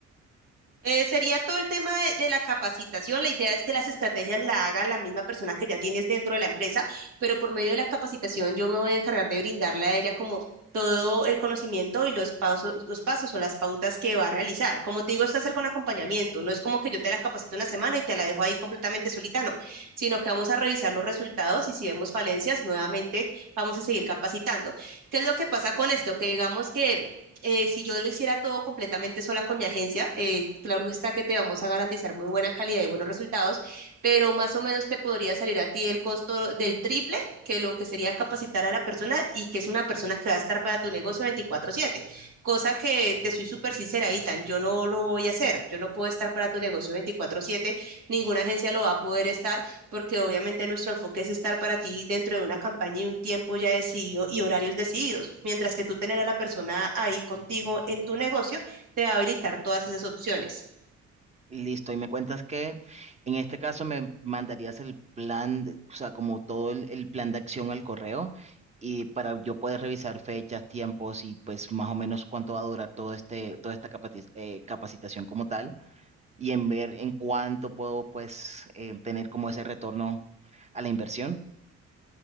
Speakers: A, on the right; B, on the right.
A: Eh, sería todo el tema de, de la capacitación. La idea es que las estrategias la haga la misma persona que ya tienes dentro de la empresa, pero por medio de la capacitación yo me voy a encargar de brindarle a ella como todo el conocimiento y los pasos, los pasos o las pautas que va a realizar. Como te digo, esto hacer con acompañamiento. No es como que yo te la capacito una semana y te la dejo ahí completamente solita, no, sino que vamos a revisar los resultados y si vemos falencias, nuevamente vamos a seguir capacitando. ¿Qué es lo que pasa con esto? Que digamos que eh, si yo lo hiciera todo completamente sola con mi agencia, eh, claro está que te vamos a garantizar muy buena calidad y buenos resultados, pero más o menos te podría salir a ti el costo del triple que lo que sería capacitar a la persona y que es una persona que va a estar para tu negocio 24/7, cosa que te soy súper sincera, Itan, yo no lo voy a hacer, yo no puedo estar para tu negocio 24/7, ninguna agencia lo va a poder estar porque obviamente nuestro enfoque es estar para ti dentro de una campaña y un tiempo ya decidido y horarios decididos, mientras que tú tener a la persona ahí contigo en tu negocio te va a habilitar todas esas opciones.
B: Listo, y me cuentas que en este caso me mandarías el plan, de- o sea, como todo el, el plan de acción al correo y para yo poder revisar fechas, tiempos y pues más o menos cuánto va a durar todo este, toda esta capati- eh, capacitación como tal y en ver en cuánto puedo pues eh, tener como ese retorno a la inversión.